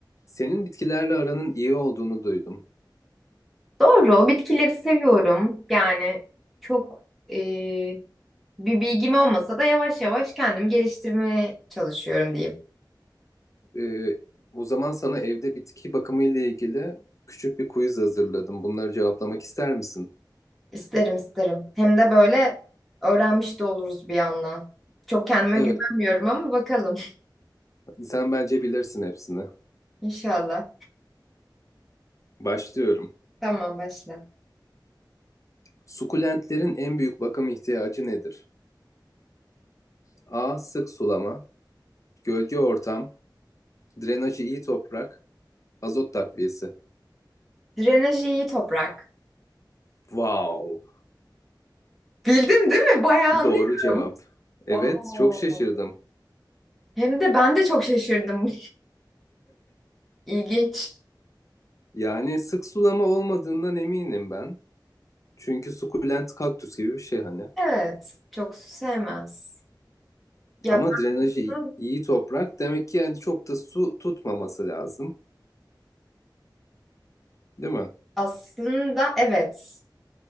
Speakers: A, on the left; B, in the centre.
A: Senin bitkilerle aranın iyi olduğunu duydum.
B: Doğru, bitkileri seviyorum. Yani çok eee, bir bilgim olmasa da yavaş yavaş kendim geliştirmeye çalışıyorum diyeyim.
A: Ee, o zaman sana evde bitki bakımı ile ilgili küçük bir quiz hazırladım. Bunları cevaplamak ister misin?
B: İsterim isterim. Hem de böyle öğrenmiş de oluruz bir yandan. Çok kendime
A: Evet,
B: güvenmiyorum ama bakalım.
A: sen bence bilirsin hepsini.
B: <laughs> İnşallah.
A: Başlıyorum.
B: Tamam başla.
A: Sukulentlerin en büyük bakım ihtiyacı nedir? A. Sık sulama, gölge ortam, drenajı iyi toprak, azot takviyesi.
B: Drenajı iyi toprak.
A: Wow!
B: Bildim değil mi? Bayağı anlıyorum.
A: Doğru cevap. Evet,
B: Wow.
A: çok şaşırdım.
B: Hem de ben de çok şaşırdım. <laughs> İlginç.
A: Yani sık sulama olmadığından eminim ben. Çünkü sukulent kaktüs gibi bir şey hani.
B: Evet, çok su sevmez. Ya
A: Ama
B: ben
A: drenajı i-
B: bunu
A: iyi toprak demek ki yani çok da su tutmaması lazım, değil mi?
B: Aslında evet.